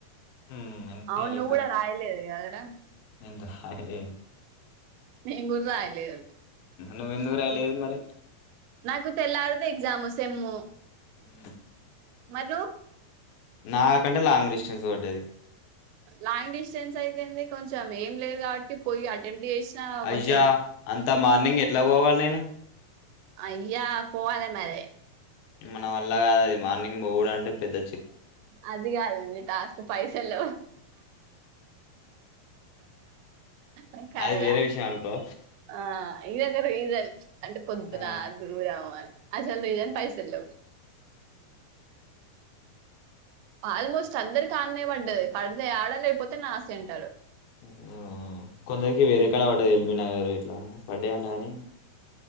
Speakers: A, on the left; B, on the right.
A: ఉమ్ ఎన్పిటిఎల్
B: అవున నువు గూడా రాయలేద కాడ
A: ఎంత హయలేవ్
B: మీమ్ గూడా రాయలేదు అది
A: నువ్వెందుకు రాయలేదు
B: ఎస్
A: మరి
B: నాకు తెల్లరితే ఎగ్జాము సెము
A: ఉ
B: మధు
A: నాకంటే లాంగ్ డిస్టెన్స్ పడ్డది
B: లాంగ్ డిస్టెన్స్ అయితేంది కొంచం ఏం లేదు కాబట్టి పోయి అటెంప్ట్ చేసినా
A: అయ్య
B: కొంచెం
A: అంతా మార్నింగ్ ఎట్లా పోవాలి నేను
B: అయ్యా పోవాలే మరే
A: మన వల్ల గాదది మార్నింగ్ బోవుడంటే పెద్ద
B: అది గాదండి తస్కు పైసల ఆ కాదురా
A: అది వేరే విషయం అనుకో
B: ఆ ఇది ఒక రీజన్ అంటే కొద్దురా
A: ఆ
B: దురురాముని అసలు రీజన్ పైసల్లేవ్ ఆల్మోస్ట్ అందరికి ఆన్నే పడ్డది పడ్తే ఆడ లేకపోతే నాసెంటర్
A: ఉ కొందరికి వేరే కడ పడ్డది ఇల్ మీ నా రు ఇట్లా పడ్డా అంట కానీ